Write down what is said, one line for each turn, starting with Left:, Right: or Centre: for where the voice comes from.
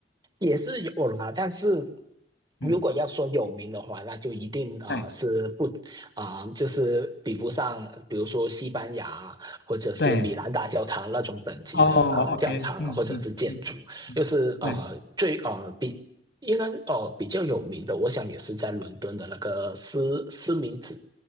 Right: 也是有啦，但是
Left: 嗯，
Right: 如果要说有名的话，那就一定啊、
Left: 对
Right: 呃是不啊、呃就是比不上，比如说西班牙或者是米兰大教堂那种等级的啊、
Left: 对，哦
Right: 呃教堂啊或者是建筑，
Left: ，OK，嗯嗯嗯嗯嗯，
Right: 就是呃最呃比应该哦、
Left: 对，
Right: 呃比较有名的，我想也是在伦敦的那个斯斯明子。